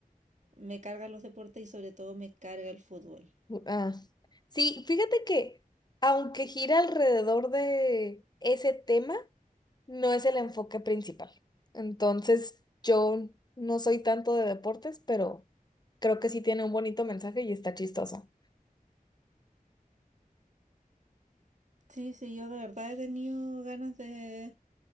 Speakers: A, on the right; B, on the left.
A: Me cargan los deportes y sobre todo me carga el fútbol.
B: Ah. Sí, fíjate que aunque gira alrededor de ese tema, no es el enfoque principal. Entonces, yo no soy tanto de deportes, pero creo que sí tiene un bonito mensaje y está chistoso.
A: Sí, sí, yo de verdad he tenido ganas de,